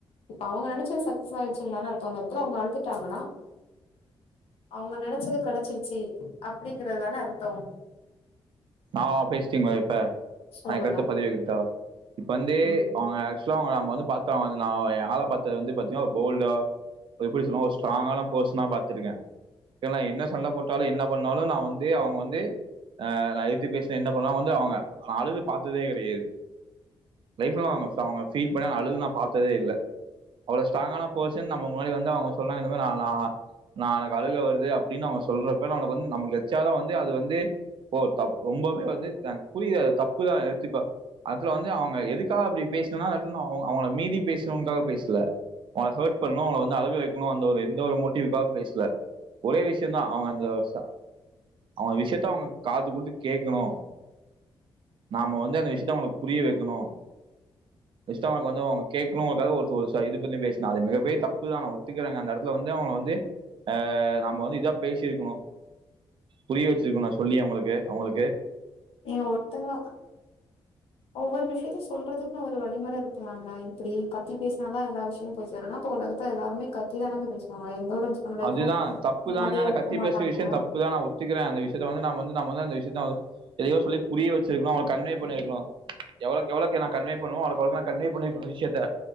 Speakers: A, on the left (about 90°); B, on the right (about 60°).
A: இப்ப அவுங்க நெனச்சது சக்சஸ் ஆயிர்ச்சின்தான அர்த்தோ அந்த எடத்துல அவுங்க அழுதுட்டாங்கனா அவங்க நெனச்சது கெடச்சிருச்சி அப்டிங்கறத் தான அர்த்தோ
B: ஆ ஆ பேஸ்ட்டீங்ளா இப்ப
A: சொல்லுங்க
B: நா எ கருத்த பதிவிடட்டா இப்ப வந்து
A: ம்
B: அவுங்க ஆக்சுலா அவுங்க நம்ப வந்து பாத்தவ வந் ஞாபகோ ஏ ஆள பாத்தது வந்து பாத்தீன்னா ஒரு போல்டா அத எப்டி சொல்வோ ஒரு ஸ்ட்ராங்கான பர்ஸ்னா பாத்துருக்கே சுலா நா என்ன சண்ட போட்டாலு என்ன பண்ணாலு நா வந்து அவுங் வந்து ஆ நா கத்தி பேஸ்னா என்ன பண்ணுவாங் நா வந்து அவுங்க அழுது பாத்ததே கெடையாது லைஃப் எல்லா அவங் ஸ் அவங்க ஃபீல் பண்ணி அழுது நா பாத்ததே இல்ல அவ்ளோ ஸ்ட்ராங்கான பர்சன் நம்ம முன்னாடி வந்து அவுங்க சொன்னாங்க இந்த மாரி நா லா நா எனக் அழுக வருது அப்டின்னு அவுங்க சொல்றப்ப நா ஒனக் வந்து நம்ளுக் எச்சா தா வந்து அது வந்து ஓ தப் ரொம்பவே வந்து எனக் புரியிது அது தப்புதா ஏத்திப்ப ஆக்சுலா வந்து அவங்க எதுக்காக அப்டி பேஸ்னன்னா வந் அவுங் அவுங்கள மீறி பேஸ்ணுன்க்காக பேஸ்ல அவுங்கள ஹேர்ட் பண்ணு அவுங்கள வந்து அழுக வெக்கணு அந்த ஒரு எந்த ஒரு மோட்டீவ்காக பேஸ்ல ஒரே விஷ்யந்தா அவுங்க அந்த சா அவுங்க விஷ்யத்த அவுங்க காது குடுத்து கேக்கணு நாம வந்து அந்த விஷ்யத்த அவுங்களுக் புரிய வெக்கணு ஜஸ்ட்டு அவுங்களுக் வந்து அவுங்க கேக்கணுங்கறக்காக ஒர்த்து ஒரு சா இது பத்தி பேஸ்ன அது மிகப்பெரிய தப்புதா நா ஒத்துக்கிறங்க அந்த எடத்துல வந்து அவுங்கள வந்து அ நம்ம வந்து இதா பேசீர்க்கணு புரிய வெச்சிருக்கணு நா சொல்லி அவுங்களுக்கு அவுங்களுக்கு
A: ஏங்க ஒர்த்தங்க ஒவ்வொரு விஷ்யத்தையு சொல்றதுக்குன் ஒரு வழிமுற இருக்குல்லாங்க இப்பிடி கத்தி பேஸ்னாதா எல்லா விஷ்யோ போய் சேருன்னா அப்போ உலக த்துல எல்லாருமே கத்திதானங்க பேஸ்வாங்க எந்த ஒரு ஹஸ்பண்ட் ஒய்ஃபு
B: அதுதா தப்பு
A: நிம்மதியா
B: தாங்க அந்த
A: இருக்க
B: கத்தி
A: மாட்டாங்கங்க
B: பேஸ்ற விஷ்யோ தப் பு தா நா ஒத்துக்கிறே அந்த விஷ்யத்த வந்து நாம வந்து நா வந்து அந்த விஷ்யத்த அவுங் எதையோ சொல்லி புரிய வச்சிருக்கணு அவுங்கள கன்வே பண்ணிருக்கணு எவளோக் எவளோக்ங்க நா கன்வே பண்ணோ அவளோக் அவளோக்கு நா கன்வே பண்ணீர்க்கனு விஷ்யத்த